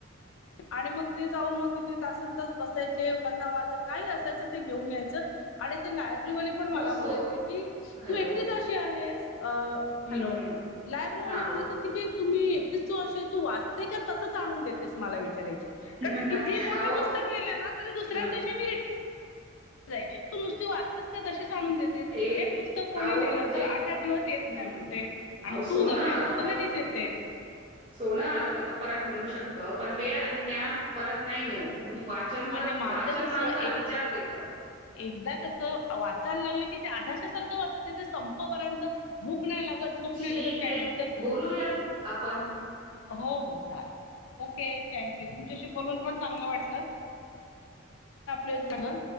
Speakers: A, on the left; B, on the right.
A: आणि मग ते जाऊन मग तिथे तासंन तास बसायचे. कथा वाचत काही असायचं ते घेऊन- यायचं आणि ते - ब्ररीवाले पण मला
B: अहो
A: बोलायचे
B: सो
A: की
B: हॅलो
A: तू एकटीच अशी आहेस-
B: हम्म
A: हॅलो.
B: हम्म
A: लायब्ररीवाला
B: हा
A: बोलायच
B: बोल
A: की तुम्ही- तू वाचते का तसंच आणून देते? मला विचारायचे.
B: अहो
A: कारण कितीही मोठं पुस्तक लिहिलं ना तरी दुसऱ्याच
B: हा
A: दिवशी मी - जायची. तू नुसती वाचतेस का? तशी- आणून देते.
B: एक
A: हे पुस्तक कोणी
B: अहो
A: नेलं
B: म्हणजे
A: तर आठ आठ दिवस येत
B: हम्म
A: नाही
B: हम्म.
A: म्हणते. आणि
B: अहो सोनं
A: तू जर नेलंस
B: हरवलं
A: त - लगेच येते.
B: सोनं हरवलं तर परत मिळू शकत. पण वेळ आणि ज्ञान परत नाही मिळत. म्हणून वाचन
A: नाही म्हणजे
B: खरच,
A: माझं
B: वाचन
A: कसं
B: माणसाला
A: एक
B: विचार देत.
A: एकदा कस वाचायला लागलं की ते अधाशासारखं वाचायच ते संपपर्यंत भूक- क नाही लागत झोप
B: ठीक
A: नाही लागत काय
B: आहे.
A: नाही. एकदम प
B: बोलूयात आपण.
A: <unintelligible> हो हो चालेल. चा -ओके थँक्यू तुमच्याशी बोलून पण चांगलं वाटलं. आपल्यात म्ह ना.